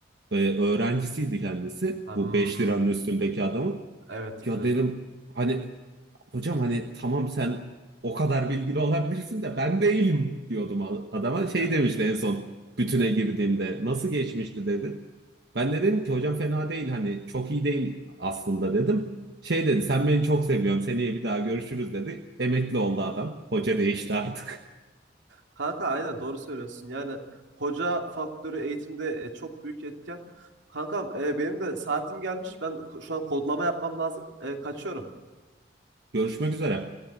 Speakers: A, on the right (about 65°); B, on the right (about 85°).
A: e, öğrencisiydi kendisi.
B: Hmm.
A: Bu 5 liranın üstündeki adamın.
B: Evet
A: Ya
B: biliyorum.
A: dedim hani hocam hani tamam sen o kadar bilgili olabilirsin de ben değilim diyordum a- adama.
B: Ee,
A: Şey
B: Yani.
A: demişti en son bütüne girdiğimde nasıl geçmişti dedi. Ben de dedim ki hocam fena değil hani çok iyi değil aslında dedim. Şey dedi sen beni çok seviyorsun seneye bir daha görüşürüz dedi. Emekli oldu adam. Hoca değişti artık.
B: Kanka aynen doğru söylüyorsun. Yani hoca faktörü eğitimde e, çok büyük etken. Kankam e, benim de saatim gelmiş. Ben ko- şu an kodlama yapmam lazım. E, kaçıyorum.
A: Görüşmek üzere.